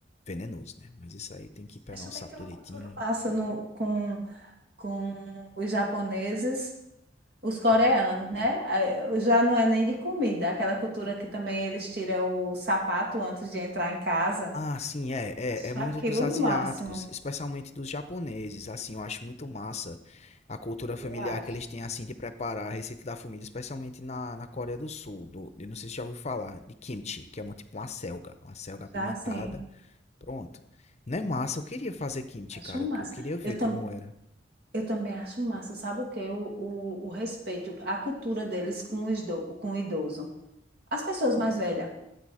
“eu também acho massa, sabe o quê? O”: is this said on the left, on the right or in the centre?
Right